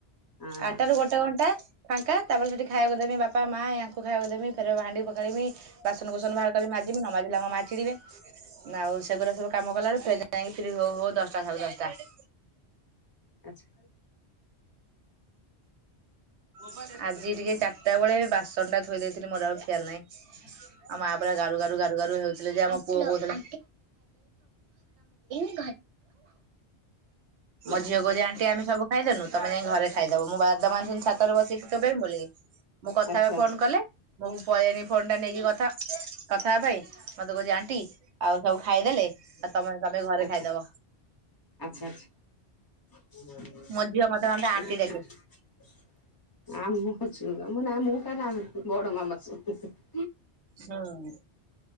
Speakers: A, on the left; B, on the right.
A: ହଁ ହଁ
B: ଆଠ ରୁ ଗୋଟେ ଘଣ୍ଟା ଫାଙ୍କା ତାପରେ ସେଠି ଖାଇବାକୁ ଦେବି ବାପା ମା ୟାଙ୍କୁ ଖାଇବାକୁ ଦେବି ଫେର ହାଣ୍ଡି ରହିମି ବାସନକୁୁସନ ବାହାର କରିି ମାଜିବି ନ ମାଜିଲେ ମା ଚିଡିବେ ଆଉ ସେଗୁଡା ସବୁ କାମ କଲା ବେଳୁ ପୁଅ ଯାଇ ଫ୍ରି ହୋଉ ହୋଉ ଦଶଟା ସାଢେ ଦଶଟା ହୁଁ
A: ଆଚ୍ଛା।
B: <unintelligible> ଆଜି ଟିକେ ଚାରିଟା ବେଳେ ବାସନ ଟା ଥୋଇ ଦେଇଥିଲି ମୋର ଆଉ ଖିଆଲ ନାହିଁ ଆଉ ମା ପୁରା ଗା ଗାରୁ ଗାରୁ ଗାରୁ ହେଉଥିଲେ ଯେ ଆମ ପୁଅ କହୁଥିଲା ହୋ ମୋ ଝିଅ
A: ଆଚ୍ଛା
B: କହୁଛି ଆଣ୍ଟି ଆମେ ସବୁ ଖାଇଦେନୁ ତମେ ଯାଇ ଘରେ ଖାଇଦବ ମୁଁ ବାଦାମ ଅଣିଥିଲି ଛାତରେ ବସିକି ଚୋବେଇ ବି ବୋଲିକି ମୁଁ କଥା
A: ଆଚ୍ଛା
B: ହେବେ
A: ଆଚ୍ଛା
B: ଫୋନ କଲେ ମୁଁ ପଳେଇନି ଫୋନ ଟା ନେଇକି କଥା କଥା ହେବା ପାଇଁ ମତେ କହୁଛି ଆଣ୍ଟି ଆଉ ସବୁ ଖାଇଦେଲେ ଆଉ ତମେ ମତେ ଘରେ
A: ଆଚ୍ଛା
B: ଖାଇଦବ
A: ଆଚ୍ଛା। <unintelligible>
B: ମୋ ଝିଅ ମତେ ମତେ ଆଣ୍ଟି ଡାକେ
A: <unintelligible>
B: ହୁଁ